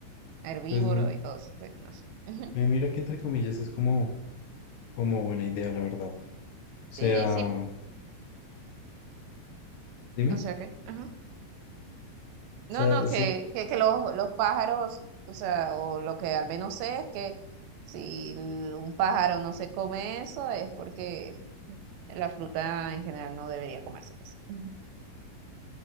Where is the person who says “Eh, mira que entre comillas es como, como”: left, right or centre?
Left